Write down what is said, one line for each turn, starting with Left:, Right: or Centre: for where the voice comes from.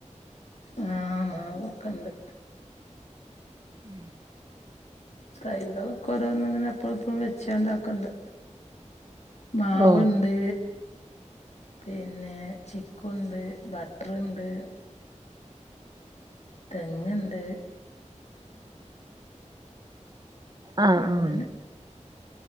Left: ആഹാ മാവൊക്കിണ്ട്
Right: <inaudible>
Left: തൈകളൊക്കെ ഓരോന്നിങ്ങനെ അപ്പുറം ഇപ്പുറം വെച്ചാണ്ടാക്കണ്ട് മാവുണ്ട്
Right: ഓ
Left: പിന്നെ ചിക്കുവുണ്ട് ബട്ടറുണ്ട് തെങ്ങണ്ട്‌
Right: ആഹ്
Left: അങ്ങനെ
Right: ഉം